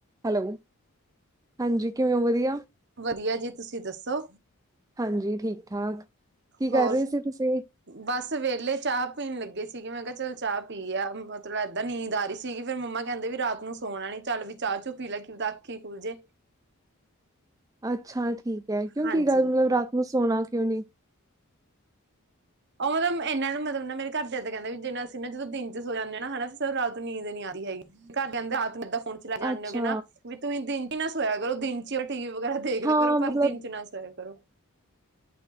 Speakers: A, on the right; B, on the right.
A: Hello ਹਾਂਜੀ ਕਿਵੇਂ ਓ ਵਦੀਆ।
B: ਵਦੀਆ ਜੀ ਤੁਸੀਂ ਦੱਸੋ?
A: ਹਾਂਜੀ, ਠੀਕ-ਠਾਕ ਕੀ ਕਰ
B: ਹੋਰ
A: ਰੇ ਸੀ ਤੁਸੀਂ?
B: ਬਸ ਵੇਲੇ ਚਾਂ ਪੀਨ ਲੱਗੇ ਸੀਗੇ ਮੈਂ ਕਿਆ ਚਲ ਚਾਂ ਪੀ ਆ ਮਤਲਬ ਏਦਾਂ ਨੀਂਦ ਆ ਰੀ ਸੀਗੀ ਫੇਰ ਮੰਮਾ ਕੈਔਦੇ ਵੀ ਰਾਤ ਨੂੰ ਸੋਨਾ ਨੀ ਚੱਲ ਵੀ ਚਾਂ ਚੁ ਪੀ ਲੈ ਕਿ ਪਤਾ ਅੱਖੀ ਖੁਲ ਜੇ।
A: ਅੱਛਾ, ਠੀਕ ਐ ਕਿਉਂ
B: ਹਾਂਜੀ
A: ਕੀ ਗੱਲ ਮਤਲਬ ਰਾਤ ਨੂੰ ਸੋਨਾ ਕਿਉਂ ਨੀ?
B: ਓ ਮਤਲਬ ਐਨਾਂ ਨੂੰ ਮਤਲਬ ਨਾ ਮੇਰੇ ਘਰ ਦੇ ਐਦਾ ਕੈਂਦੇ ਜਿਨਾ ਅਸੀ ਨਾ ਜਦੋਂ ਦਿਨ ਚ ਸੋ ਜਾਂਦੇ ਆਨਾ ਸਰ ਰਾਤ ਨੂੰ ਨੀਂਦ ਨੀ ਆਂਦੀ ਹੈਗੀ‌। ਘਰ ਕੈਂਦੇ ਹੱਥ ਲਗਾ ਫੋਨ ਚਲਾਈ ਜਾਨ
A: ਅੱਛਾ,
B: ਓਗੇ ਨਾ ਵੀ ਤੁਸੀਂ ਦਿਨ ਚ ਈ ਨਾ ਸੋਇਆ ਕਰੋ ਦਿਨ ਚਲ ਟੀ ਵੀ ਵਗੈਰਾ ਦੇਖ ਲਿਆ
A: ਹਾਂ
B: ਕਰੋ
A: ਮਤਲਬ
B: ਪਰ ਦਿਨ ਚ ਨਾ ਸੋਇਆ ਕਰੋ।